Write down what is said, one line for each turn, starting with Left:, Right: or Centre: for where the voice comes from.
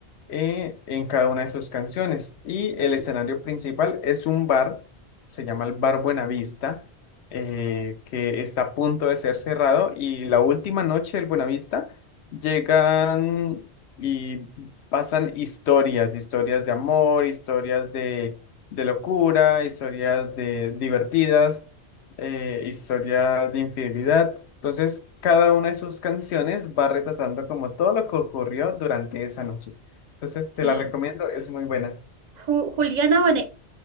Left: eh, en cada una de sus canciones. Y el escenario principal es un bar, se llama el Bar Buenavista, eh, que está a punto de ser cerrado. Y la última noche del Buenavista llegan y pasan historias, historias de amor, historias de, de locura, historias de divertidas, eh, historias de infidelidad. Entonces, cada una de sus canciones va retratando como todo lo que ocurrió durante esa noche. Entonces
Right: Ok.
Left: te la recomiendo, es muy buena.
Right: Ju- Juliana Vane...